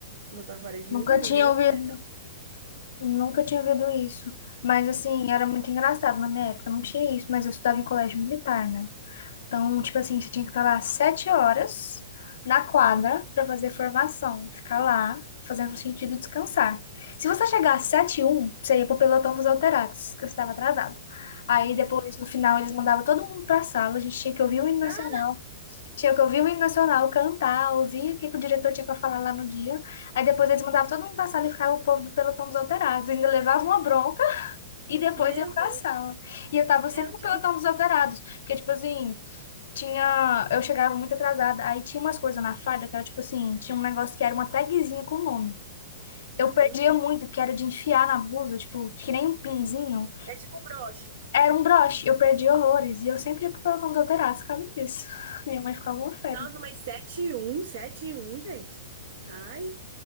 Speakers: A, on the right (about 75°); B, on the left (about 65°).
A: montava a parede e
B: Nunca
A: não vinha,
B: tinha
A: nem
B: ouvido,
A: o professor.
B: nunca tinha ouvido isso. Mas assim, era muito engraçado na minha época, não tinha isso, mas eu estudava em colégio militar, né? Então, tipo assim, você tinha que estar lá sete horas na quadra para fazer formação, ficar lá fazendo sentido descansar. Se você chegar às sete e um, você ia pro pelotão dos alterados, que você estava atrasado. Aí depois, no final, eles mandavam todo mundo para sala, a gente tinha que ouvir o hino nacional,
A: ah,
B: tinha que ouvir o hino nacional, cantar, ouvir o que que o diretor tinha para falar lá no dia. Aí depois eles mandavam todo mundo para sala e ficava o povo do pelotão dos alterados, ainda levavam uma bronca e depois
A: Meu
B: ia para
A: Deus,
B: sala. E eu tava
A: é,
B: sempre
A: eu
B: no
A: tinha
B: pelotão
A: um.
B: dos alterados, porque tipo assim, tinha, eu chegava muito atrasada, aí tinha umas coisas na farda que era tipo assim, tinha um negócio que era uma tagzinha com o nome.
A: Aham.
B: Eu perdia muito, porque era de enfiar na blusa, tipo, que nem um pinzinho.
A: É tipo um broche.
B: Era um broche, eu perdi horrores, e eu sempre ia pro pelotão dos alterados por causa disso. <laughs> Minha mãe ficava uma fera.
A: Nossa, mas 7 e 1, 7 e 1, gente. Ai, eu